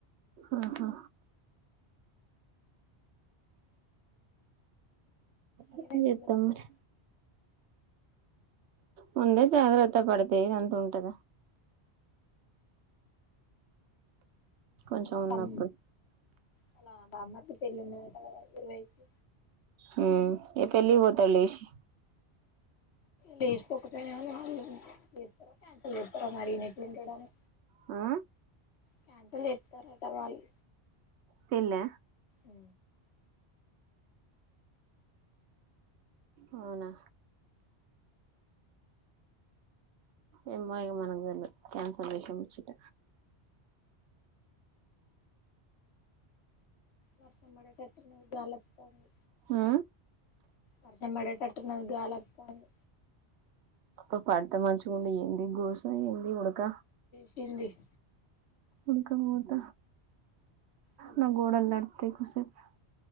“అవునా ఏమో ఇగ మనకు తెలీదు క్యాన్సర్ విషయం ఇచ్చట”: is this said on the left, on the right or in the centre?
Right